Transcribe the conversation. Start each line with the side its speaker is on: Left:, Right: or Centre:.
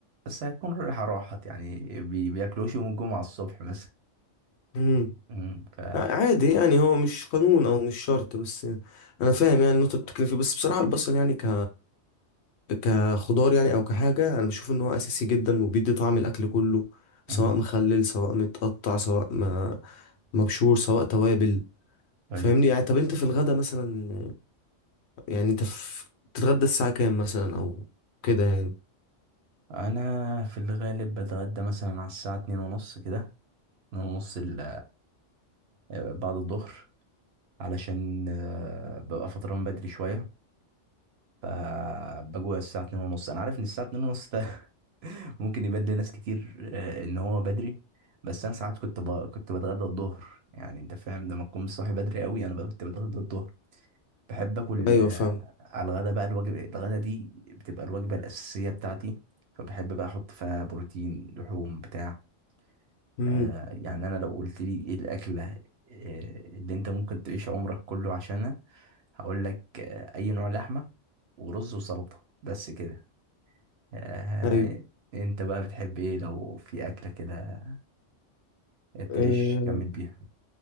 Right: بس هتكون ريحة راحت يعني بي- بياكلوش يوم الجمعة الصبح مثلا
Left: امم
Right: مم، ف
Left: عادي يعني هو مش قانون او مش شرط بس انا فاهم يعني النقطه اللي بتتكلم فيه بس بصراحه البصل يعني ك... كخضار يعني او كحاجه انا بشوف ان هو اساسي جدا وبيدي طعم الاكل كله سواء
Right: مم.
Left: مخلل سواء متقطع سواء ما مبشور سواء توابل
Right: طيب
Left: فاهمني يعني طب انت في الغدا مثلا يعني انت في... بتتغدى الساعه كام مثلا او كده يعني
Right: انا في الغالب بتغدى مثلا على الساعه اتنين ونص كده اتنين ونص ال- آه، بعد الظهر علشان آه، ببقى فطران بدري شويه فبجوع الساعه اتنين ونص انا عارف ان الساعه اتنين ونص ده <laughs> ممكن يبان لناس كتير آه، ان هو بدري بس انا ساعات كنت ب... كنت بتغدى الظهر يعني انت فاهم لما تكون صاحي بدري قوي انا ب- كنت بتغدى الظهر بحب اكل
Left: ايوه
Right: آه،
Left: فاهم
Right: على الغدا بقى الوجبه الغدا دي بتبقى الوجبه الاساسيه بتاعتي فبحب بقى احط فيها بروتين لحوم بتاع
Left: امم
Right: آه، يعني انا لو قلت لي ايه الاكله آه، اللي انت ممكن تعيش عمرك كله عشانها هقول لك آه، اي نوع لحمه ورز وسلطه بس كده آه،
Left: ايوه
Right: انت بقى بتحب ايه لو في اكله كده
Left: آه،
Right: تعيش جامد بيها